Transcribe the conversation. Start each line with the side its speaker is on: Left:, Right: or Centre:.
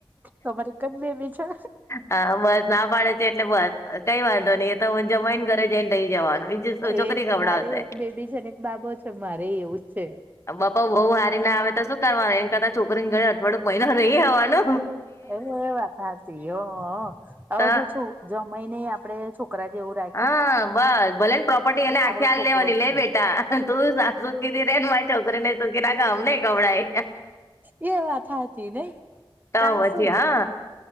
Right: તમારે એક જ બેબી છે?
Left: હા બસ. ના પાડે છે એટલે બસ કઈ વાંધો નહી એ તો હ જમાઈ ને ઘરે જઈને રહી જવાનું. બીજું શું, છોકરી
Right: એ
Left: ખવડાવશે
Right: મારે એક બેબી છે ને એક બાબો છે મારે એવું જ છે.
Left: બપા બઉુ હારી ના આવે તો શું કરવાનું એ કરતા છોકરીને ઘરે અઠવાડયું મહિનો રહી આવવાનું.
Right: એ એ વાત હાચી હો હો હવે
Left: તો
Right: જો છુ જમાઈ ને આપડે છોકરા જેવું રાખ.
Left: હ બસ ભલે ને પ્રોપર્ટી એને આખી
Right: આપડો
Left: આલી
Right: છોકરો
Left: દેવાની લે
Right: જ છે
Left: બેટા. તું સા <inaudible> ચું ક રેન મા છોકરીને તો ના કે અમને ખવડાય.
Right: એ વાત હાચી નઈ
Left: તો
Right: તાર
Left: હજી
Right: શું
Left: હા.